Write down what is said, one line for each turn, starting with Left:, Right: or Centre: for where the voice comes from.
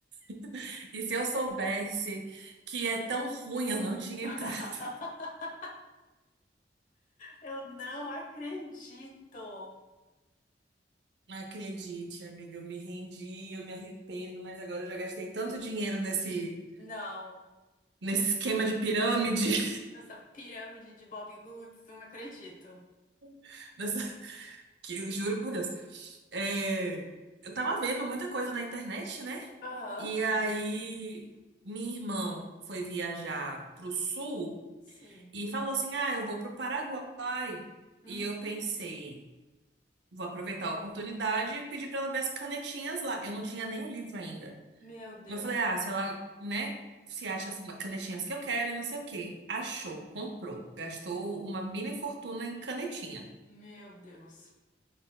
Right: <laughs> e se eu soubesse que é tão ruim, eu não tinha
Left: <laughs>
Right: entrado.
Left: Eu não acredito.
Right: Não Acredite, amiga, eu me rendi, eu me arrependo, mas agora eu já gastei tanto dinheiro nesse,
Left: Não,
Right: nesse esquema de pirâmide.
Left: nessa pirâmide de Bob Goods, não acredito.
Right: <laughs> nessa- que eu juro por Deus. É, eu tava vendo muita coisa na internet, né?
Left: Aham,
Right: E aí minha irmã foi viajar pro sul
Left: sim.
Right: e falou assim: Ah, eu vou pro Paraguai.
Left: Uhum.
Right: E eu pensei, vou aproveitar a oportunidade e pedir pra ela ver as canetinhas lá. Eu não tinha nem o livro ainda.
Left: Meu Deus,
Right: Eu falei, ah, se ela, né? Se acha as canetinhas que eu quero e não sei o quê. Achou, comprou. Gastou uma mini fortuna em canetinha.
Left: meu Deus.